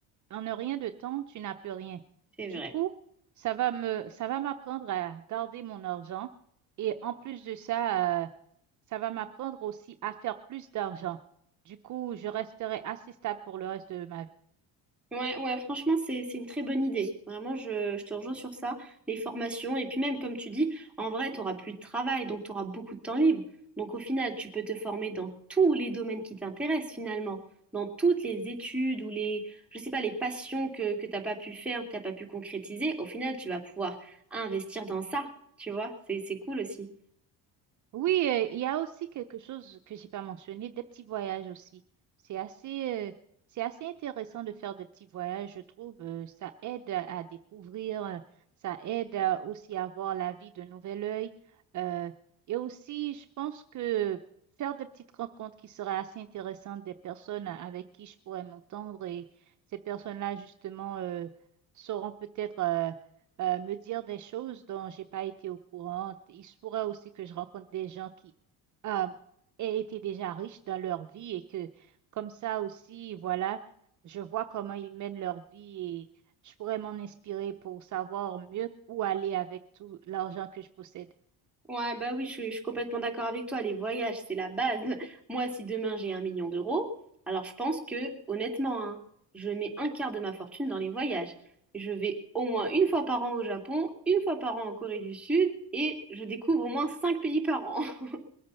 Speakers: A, on the right; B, in the centre.
A: en ne rien de temps, tu n'as plus rien.
B: C'est
A: Du
B: vrai.
A: coup, ça va me, ça va m'apprendre à garder mon argent et en plus de ça, euh, ça va m'apprendre aussi à faire plus d'argent. Du coup, je resterai assez stable pour le reste de ma vie.
B: Ouais, ouais, franchement, c'est, c'est une très bonne idée. Vraiment, je, je te rejoins sur ça, les formations. Et puis même, comme tu dis, en vrai, tu n'auras plus de travail, donc tu auras beaucoup de temps libre. Donc au final, tu peux te former dans tous les domaines qui t'intéressent finalement, dans toutes les études ou les, je sais pas, les passions que, que t'as pas pu faire ou que t'as pas pu concrétiser. Au final, tu vas pouvoir investir dans ça, tu vois. C'est, c'est cool aussi.
A: Oui, euh, il y a aussi quelque chose que j'ai pas mentionné, des petits voyages aussi. C'est assez, euh, c'est assez intéressant de faire des petits voyages, je trouve. euh, ça aide à à découvrir, euh, ça aide à- aussi à voir la vie d'un nouvel œil. euh, et aussi, je pense que faire des petites rencontres qui seraient assez intéressantes des personnes avec qui je pourrais m'entendre et ces personnes-là, justement, euh, sauront peut-être euh, euh, me dire des choses dont j'ai pas été au courant. Il se pourrait aussi que je rencontre des gens qui euh, aient été déjà riches dans leur vie et que comme ça aussi, voilà, je vois comment ils mènent leur vie et je pourrais m'en inspirer pour savoir mieux où aller avec tout l'argent que je possède. <laughs>
B: Ouais, bah oui, je, suis je suis complètement d'accord avec toi. Les voyages, c'est la base. <laughs> Moi, si demain j'ai un million d'euros, alors je pense que, honnêtement, hein, je mets un quart de ma fortune dans les voyages. Je vais au moins une fois par an au Japon, une fois par an en Corée du Sud, et je découvre au moins cinq pays par an. <laughs>